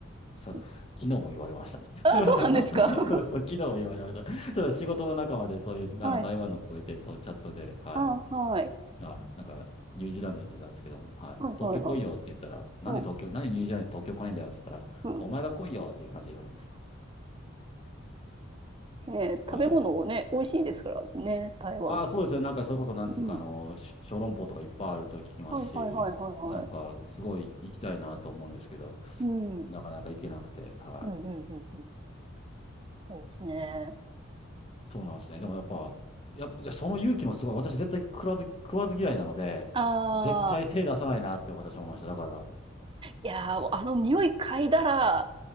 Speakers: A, on the left (about 25°); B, on the right (about 25°).
A: さ、
B: うん。
A: 昨日も言われましたね。<laughs>
B: あ、そうなんですか。<laughs>
A: そうそう、昨日も言われました。ちょっと仕事の仲間でそういう、
B: はい。
A: あの、台湾の子がいて、そう、チャットで、はい。
B: あ、はい。
A: はいなんか、ニュージーランドに行ってたんですけども、はい。
B: はいはいはい。
A: 東京来いよって言ったら、なんで東京、
B: うん。
A: なんでニュージーランドに東京来ないんだよって言ったら、
B: うん。
A: お前が来いよっていう感じで言われます。
B: ね、食べ物をね、
A: はい。
B: 美味しいですからね、台湾。
A: ああ、そうですね。なんか、それこそ、なんですか、
B: うん。
A: あの、し小籠包とかいっぱいあると聞きますし、
B: はいはいはいはいはい。
A: なんか、すごい行きたいなと思うんですけど、
B: うん。うん、
A: なかなか行けなくて、はい。
B: うん、うん、うん。そうですね。
A: そうなんですね。でもやっぱ、やっぱ、いやその勇気もすごい。私絶対食わず、食わず嫌いなので、
B: ああ
A: 絶対手出さないなって私は思いました。だから、
B: ー、いやー、あの匂い嗅いだら